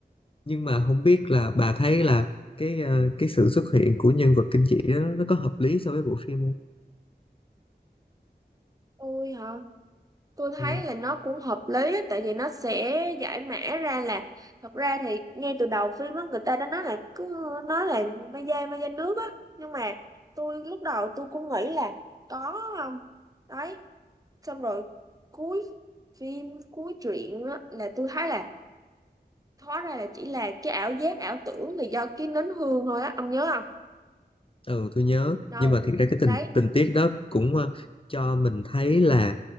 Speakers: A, on the left; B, on the right.
A: nhưng mà không biết là bà thấy là cái à, cái sự xuất hiện của nhân vật kinh dị đó nó có hợp lý so với bộ phim không?
B: tôi hả tôi
A: Ừ.
B: thấy là nó cũng hợp lý á, tại vì nó sẽ giải mã ra là thật ra thì ngay từ đầu phim á người ta đã nói là cứ nói là mai da mai da nước á nhưng mà tôi lúc đầu tôi cũng nghĩ là có không đấy xong rồi cuối phim cuối truyện á, là tôi thấy là hóa ra là chỉ là cái ảo giác ảo tưởng là do cái nến hương thôi á ông nhớ không
A: ừ tôi nhớ
B: đâu
A: nhưng mà thiệt ra cái tình
B: đấy
A: tình tiết đó cũng ờ, cho mình thấy là